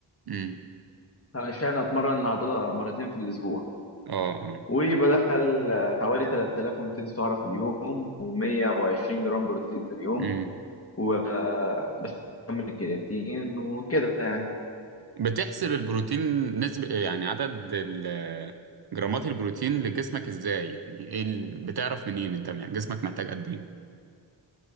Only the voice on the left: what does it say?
علشان اتمرن عضله مرتين في الاسبوع
وبدخل حوالي 3200 سعره في اليوم و120 جرام بروتين في اليوم
وبس كمل الكرياتين وكده يعني